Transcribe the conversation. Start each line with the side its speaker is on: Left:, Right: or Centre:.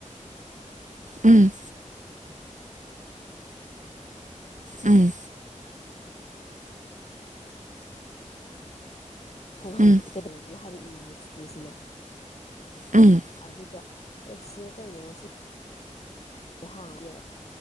Right: ꯎꯝ ꯎꯝ
Left: <inaudible> ꯊꯣꯡꯍꯥꯡꯗ꯭ꯔꯗꯤ
Right: ꯎꯝ
Left: ꯀꯩꯗꯧꯔꯒꯦ ꯍꯥꯏꯔꯛꯏ ꯏꯁꯇꯦꯁꯤꯅ
Right: ꯎꯝ
Left: ꯑꯗꯨꯒ ꯑꯦꯁꯦ ꯀꯩꯅꯣ ꯁꯤ ꯍꯥꯎꯒꯦ